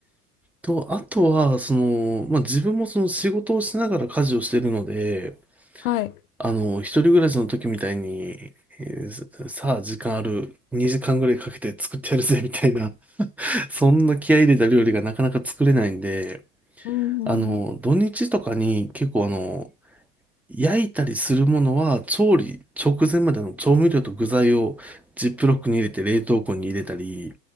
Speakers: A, in the centre; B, on the left (about 65°).
A: と、あとは、その、まあ、自分もその仕事をしながら家事をしてるので、
B: はい。
A: あの、一人暮らしの時みたいに、えーさあ時間ある、2時間ぐらいかけて作ってやるぜみたいな、<laughs> そんな気合い入れた料理がなかなか作れないんで、
B: うん。
A: あの、土日とかに結構あの、焼いたりするものは調理直前までの調味料と具材をジップロックに入れて冷凍庫に入れたり、